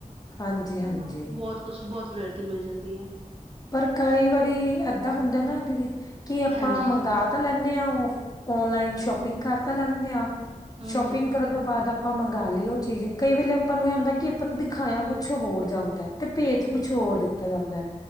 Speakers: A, on the left; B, on the right.
A: ਹਾਂਜੀ ਹਾਂਜੀ
B: ਹਨਾ ਬਹੁਤ ਕੁਛ। ਬਹੁਤ ਵਰਾਇਟੀ ਮਿਲ ਜਾਂਦੀ ਹੈ।
A: ਪਰ ਕਈ ਵਾਰੀ ਏਦਾਂ ਹੁੰਦਾ ਨਾ ਦੀਦੀ, ਕਿ ਆਪਾਂ
B: ਹਾਂਜੀ
A: ਮੰਗਾ ਤਾਂ ਲੈ <unintelligible> ਆ ਉਫ ਔਨਲਾਈਨ ਸ਼ੋਪਿੰਗ ਕਰ ਤਾਂ ਲੈਂਦੇ ਆ
B: ਹੂੰ-ਹੂੰ
A: ਸ਼ੋਪਿੰਗ ਕਰਨ ਤੋਂ ਬਾਅਦ ਆਪਾਂ ਮੰਗਾ ਲਈਏ। ਚੀਜ਼ ਕਈ ਵੇਲੇ ਆਪਾਂ ਨੂੰ ਇਹ ਹੁੰਦਾ ਕਿ ਆਪਾਂ ਨੂੰ ਦਿਖਾਇਆ ਕੁਛ ਹੋਰ ਜਾਂਦਾ ਹੈ। ਤੇ ਪੇਜ ਕੁਛ ਹੋਰ ਦਿੱਤਾ ਜਾਂਦਾ ਹੈ।